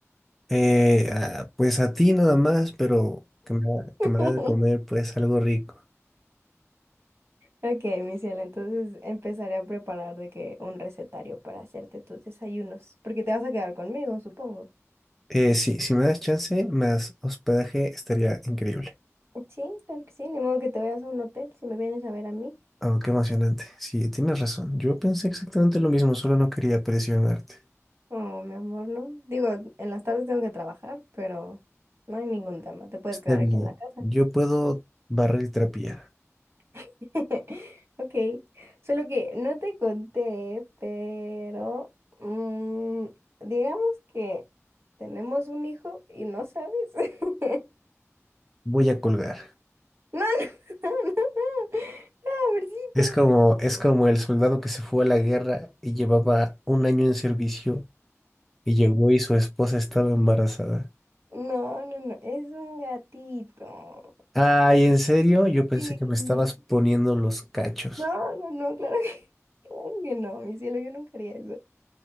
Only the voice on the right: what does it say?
<laughs>
Ok, mi cielo, entonces empezaré a preparar de que un recetario para hacerte tus desayunos, porque te vas a quedar conmigo, supongo.
Sí, claro que sí, ni modo que te vayas a un hotel si me vienes a ver a mí.
Oh, mi amor, no. Digo, en las tardes tengo que trabajar, pero no hay ningún tema, te puedes
quedar
aquí en la casa.
<laughs> Ok, solo que no te conté, pero mm, digamos que tenemos un hijo y no sabes. <laughs>
No, no, <laughs> no, no, pobrecito.
No, no, no, es un gatito.
Sí.
No, no, no, claro que, <laughs> claro que no, mi cielo, yo nunca haría eso.